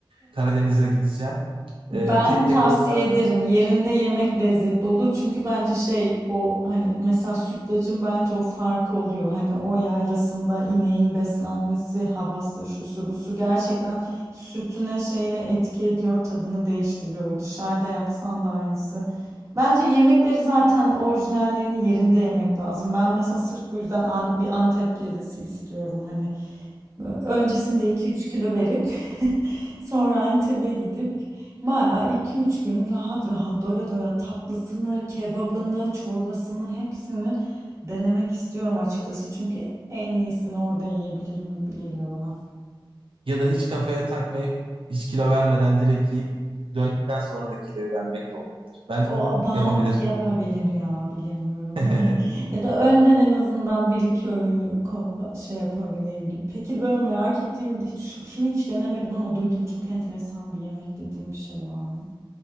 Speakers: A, on the right; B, on the right.
A: Karadeniz'e gideceğim. E,
B: Ben
A: tek
B: tavsiye
A: tek orada
B: ederim. Yerinde yemek lezzetli olur. Çünkü bence şey o hani mesela sütlacın bence o farkı oluyor. Hani o yaylasında ineğin beslenmesi, havası, şusu busu gerçekten sütüne şeyine etki ediyor, tadını değiştiriyor. Dışarıda yapsan da aynısı. Bence yemekleri zaten orijinallerini yerinde yemek lazım. Ben mesela sırf bu yüzden an- bir Antep gezisi istiyorum hani. Öncesinde iki üç kilo verip <laughs> sonra Antep'e gidip bayağı iki üç gün rahat rahat doya doya tatlısını, kebabını, çorbasını hepsini denemek istiyorum açıkçası. Çünkü en iyisini orada yiyebilirim gibi geliyor bana.
A: ya da hiç kafaya takmayıp hiç kilo vermeden direkt yiyip döndükten sonra da kiloyu vermek de olabilir. Ben
B: O
A: onu
B: bağımlılık
A: yapabilirim.
B: yapabilir ya bilemiyorum.
A: <laughs>
B: <laughs> Ya da önden en azından bir iki öğünü kopa- şey yapabileyim gibi. Peki böyle merak ettiğin, hiç- şunu hiç denemedim ama duydum çok enteresan bir yemek dediğim bir şey var mı?